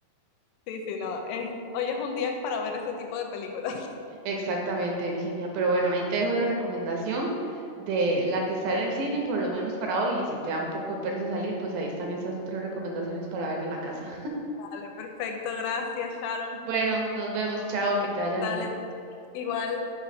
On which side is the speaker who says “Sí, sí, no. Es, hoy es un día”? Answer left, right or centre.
Left